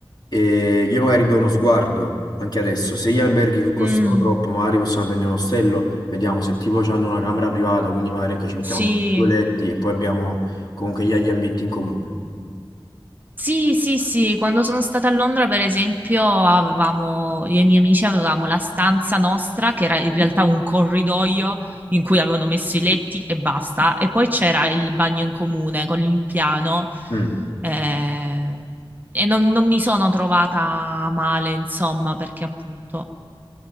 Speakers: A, on the left (about 50°); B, on the right (about 20°).
A: E io magari do uno sguardo anche adesso. Se gli alberghi co- costano
B: mm,
A: troppo, magari possiamo prendere un ostello, vediamo se tipo hanno una camera privata, quindi magari ecco, ci mettiamo
B: sì.
A: due letti e poi abbiamo comunque gli, gli ambienti in comune.
B: Sì, sì, sì, quando sono stata a Londra, per esempio, avevamo, io e i miei amici avevamo la stanza nostra, che era in realtà un corridoio in cui avevano messo i letti e basta, e poi c'era il bagno in comune con il piano,
A: Mm.
B: eh, e non, non mi sono trovata male, insomma, perché appunto...